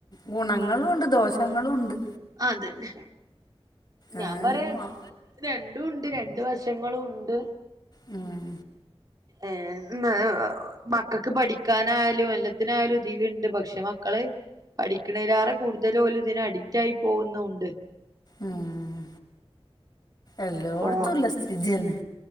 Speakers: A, on the left (about 45°); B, on the right (about 40°).
A: ഗുണങ്ങളും ഉണ്ട് ദോഷങ്ങളും ഉണ്ട്.
B: അതന്നെ. ഞാൻ
A: ഏ
B: പറയാ
A: ആ
B: രണ്ടു ഉണ്ട് രണ്ട് വശങ്ങളും ഉണ്ട്.
A: ഉം.
B: ഏഹ് ന് മക്കകക്ക് പഠിക്കാനായാലും എല്ലാത്തിനായാലും ഇതിലുണ്ട് പക്ഷെ മ ക്കള് പഠിക്കണലേറെ കൂടുതൽ ഓല് ഇതിന് അഡിക്റ്റ്ആയി പോകുന്നുണ്ട്.
A: ഉം എല്ലോടുത്തല്ല
B: ഫോ
A: സ്ഥതിന്നെ